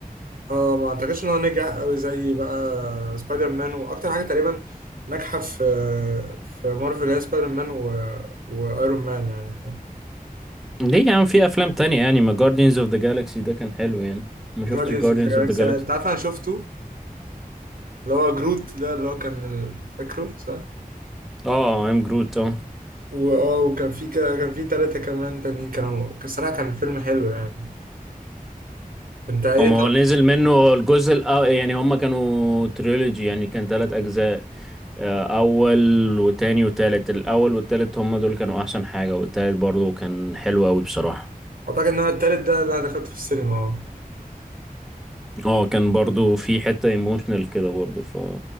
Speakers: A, on the right; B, in the centre.
A: اه ما اعتقدش ان هو نجح قوي زي بقى سبايدر مان واكتر حاجه تقريبا ناجحه في في مارفل هي سبايدر مان و... وايرون مان يعني فاهم
B: ليه يا عم في افلام تانية يعني ما جاردينز اوف ذا جالاكسي ده كان حلو يعني ما شفتش
A: جارديانز
B: جاردينز
A: اوف ذا جالاكسي
B: اوف ذا جالاكسي
A: انت عارف انا شفته اللي هو جروت ده اللي هو كان ال- فاكره صح
B: اه ام جروت اه
A: واه وكان في ك... كان في ثلاثه كمان تانيين كانوا الصراحه كان فيلم حلو يعني انت ايه
B: هو ما
A: طب
B: هو نزل منه الجزء الأ... يعني هما كانوا تريلوجي يعني كان ثلاث اجزاء آه، اول وتاني وتالت الاول والتالت هما دول كانوا احسن حاجة والتالت برضو كان حلو قوي بصراحة
A: اعتقد ان هو التالت ده اللي انا دخلته في السينما اه
B: اه كان برضو في حتة ايموشنال كده برضو ف